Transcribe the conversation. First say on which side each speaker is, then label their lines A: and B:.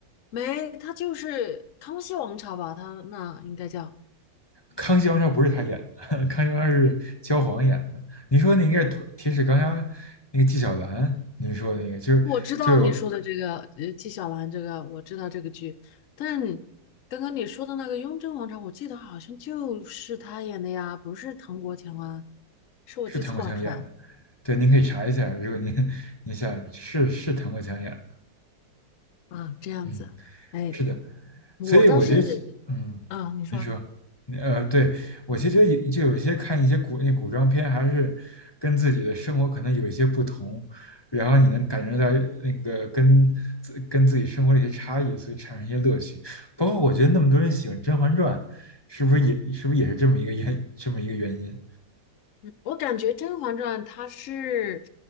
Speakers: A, on the left; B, on the left.
A: 没，他就是《康熙王朝》吧？他那应该叫。
B: 康熙王朝不是他演的，<laughs> 康熙王朝是焦晃演的。你说那应该是铁齿钢牙那个纪晓岚，您说那个就是就有
A: 我知道你说的这个，呃，纪晓岚这个我知道这个剧，但刚刚你说的那个《雍正王朝》，我记得好像就是他演的呀，不是唐国强啊，是我记错了，
B: 是唐国强演的，
A: 可能
B: 对，您可以查一下，如果您您想是是唐国强演的，
A: 啊，这样子，
B: 嗯。
A: 哎，
B: 是的，
A: 我倒是，
B: 所以我觉得，嗯，
A: 啊，你说，
B: 您说，呃，对，我其实觉得有就有一些看一些古那古装片，还是跟自己的生活可能有一些不同，然后你能感觉到那个跟自跟自己生活的一些差异，所以产生一些乐趣。包括我觉得那么多人喜欢《甄嬛传》，是不是也是不是也是这么一个原这么一个原因？
A: 嗯，我感觉《甄嬛传》它是